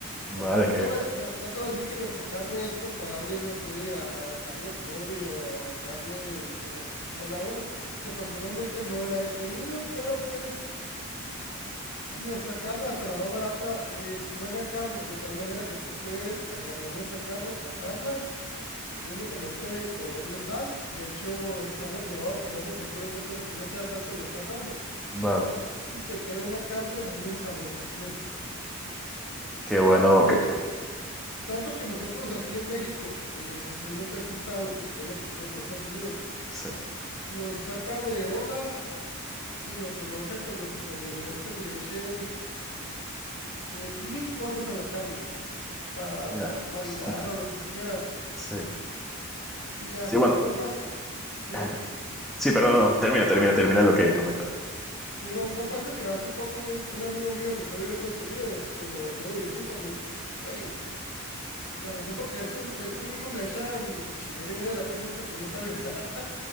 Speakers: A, in the centre; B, on the left.
A: Vale,
B: O sea, no
A: que
B: te, voy, no, no te voy a decir que nuestra carne es comparable, no sé, a la carne Kobe o a la carne que la clasifican a uno, que personalmente no la he comido, pero pues nuestra carne, hasta la más barata, es buena carne, de tal manera que tú puedes agarrar nuestra carne, asarla, únicamente ponerle sal. De hecho, está reprobado ponerle cualquier otra cosa que no sea sal cuando la estás asando.
A: Vale,
B: Y te queda una carne muy sabrosa siempre.
A: qué bueno
B: Tanto que
A: que...
B: de, Tanto que nosotros aquí en México, eh, especialmente este estado que tenemos frontera con Estados Unidos,
A: Sí,
B: nos saca de onda y nos enoja que los estadounidenses le echen eh, mil cosas a la carne para
A: ya.
B: marinarla
A: <laughs>
B: o lo que tú quieras.
A: Sí.
B: Y hasta
A: Sí, bueno.
B: que no fue hace, dígame,
A: <laughs> Sí, pero no, no, termina, termina, termina lo que he comentado.
B: si no, no fue hasta que hace poco un, un amigo mío se fue a vivir a Estados Unidos y cuando volvió de visita me dijo, güey, la razón por qué estos, estos gringos le echan chinguería y media a la carne es porque no saben <laughs> nada.